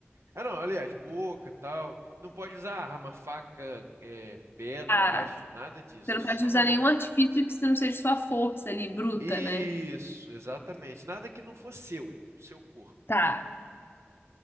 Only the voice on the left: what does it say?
Ah,
você não
pode usar
nenhum artifício que não seja sua força ali, bruta,
né?
Tá.